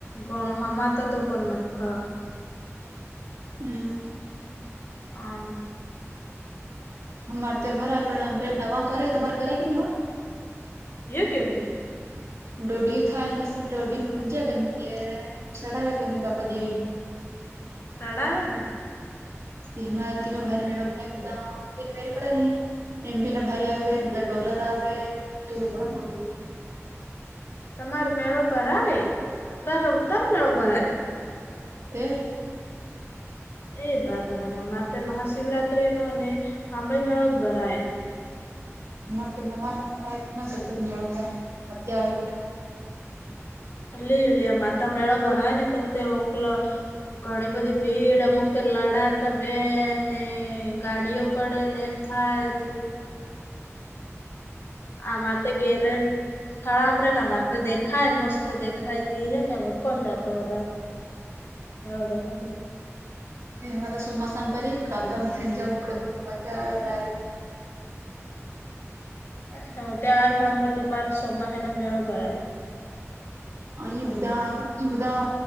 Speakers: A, on the left (about 50°); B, on the right (about 65°).
A: ગણ હ મા તો દકન મ હા
B: હમ
A: <unintelligible>
B: અમારે તો ભરાય પણ નવા કરે તમારે કરે કે નવા
A: યો કેવું
B: ડોડથાન પસે દોડી મુજે કની તે સડાવે ક ન બાપા દેવી
A: સડાવે ને
B: તે હમાંમાં ભારે મેળવ એકદમને મેરી પડ નહી એમપી ના ભારી આવે બધા ડોલર આવે ત ઘ મો
A: તમાર મેળો ભરાય તર તર મેળો ભરાય
B: તે
A: એ વાતો ન અમારે ત્યા મહાશિવરાત્રી ન અને આંમળે મેળો જ ભરાય
B: અરે તો નવા ન ભરાય ગજબ મેળો ભરાય અધ આવે
A: અ લ લ માતા મેળ બર ને તો તે ઓકલ ગણ બધી ભીડ અમૂકતે લડા ત બે ને ગાડીઓ પડે ને એમ થાય હતી આમારે તો ગેરેન સ્થળામરેન અમારે તો દેખાય મસ્ત દેખ થાયતી હ ને એમ કોણ જાતો વધારે મેળો દેખોથી
B: એ હરે તો ચોમાસા ફરી કદમ ખંજું પડે પણ મજા આવે્યો હાર
A: હ ત્યાં સાભળી તમાર સોમાહનો મેળો ભરાય
B: અ બધા એ બધા